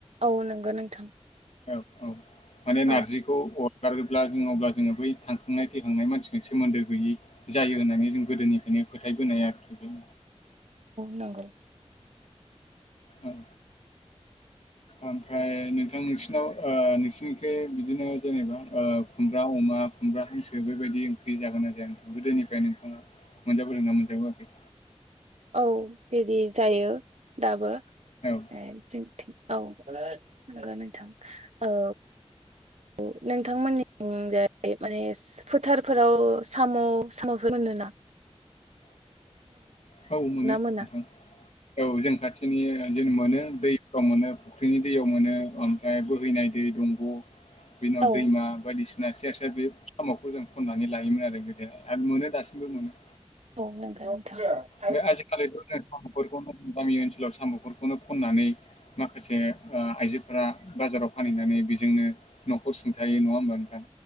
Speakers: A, on the right; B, on the left.
A: औ नंगौ नोंथां,
B: औ औ माने नारजिखौ
A: औ
B: अर गारोब्ला जों अब्ला जोङो बै थांखांनाय थैखांनाय मानसिजों सोमोन्दो गैयै जायो होन्नानै, जों गोदोनिफायनो फोथायबोनाय आरोखि बे
A: नोंगौ
B: उम ओमफ्राय नोंथां नोंसिनाव ओ नोंसिनिखै बिदिनो जेनेबा ओ खुमब्रा अमा, बा खुमब्रा हांसो बेबायदि ओंख्रि जागोना जाया? नोंथां गोदोनिफ्राय नोंथाङा, मोनजाबोदोंना मोनजाबोयाखै?
A: औ बेदि जायो दाबो।
B: औ
A: ए जोंथिं औ नोंगौ नोंथां औ। अ नोंथांमोननि थिंजाय माने फोथारफोराव साम' साम'फोर मोनो ना
B: <inaudible> औ मोनो
A: मोना
B: नोंथां औ जों खाथिनि जों मोनो दैफ्राव मोनो। फुख्रिनि दैयाव मोनो ओमफ्राय बोहैनाय दै दंग बि उनाव
A: औ
B: दैमा बायदिसि सिना सेर सेर बे साम'खौ जों खननानै लायोमोन आरो गोदोहाय आरो मोनो दासिमबो मोनो।
A: औ नोंगो नोंथां।
B: ओमफाय आजिखालिथ नो <unintelligible> गामि ओनोलाव साम'फोरखौनो खनानै माखासे ओ आइजोफोरा बा बाजाराव फानैनानै बेजोंनो न'खर सुंथायो नङा होमबा नोंथां